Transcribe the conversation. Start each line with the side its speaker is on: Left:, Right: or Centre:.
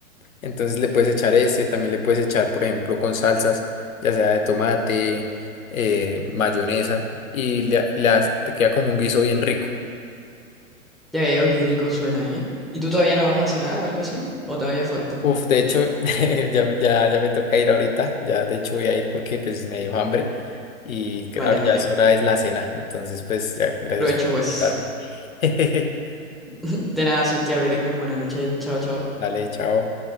Left: Entonces le puedes echar ese, también le puedes echar, por ejemplo, con salsas, ya sea de tomate, eh, mayonesa, y le, le has- te queda como un guiso bien rico.
Centre: Ya veo qué rico suena, ¿eh? ¿Y tú todavía no vas a cenar o algo así? ¿O todavía falta?
Left: Uf, de hecho, <laughs> ya, ya, ya me toca ir ahorita, ya de hecho voy a ir porque pues me dio hambre y cre-
Centre: Vale,
Left: ahora
Centre: vale.
Left: ya es hora es la cena, entonces pues ya, gracias
Centre: Provecho,
Left: por acordarme.
Centre: pues.
Left: <laughs>
Centre: <laughs> De nada, Santiago, que tengas buena noche. Chao, chao.
Left: Dale, chao.